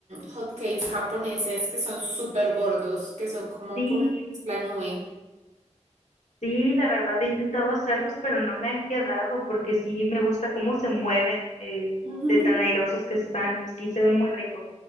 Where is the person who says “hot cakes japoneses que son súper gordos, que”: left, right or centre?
Right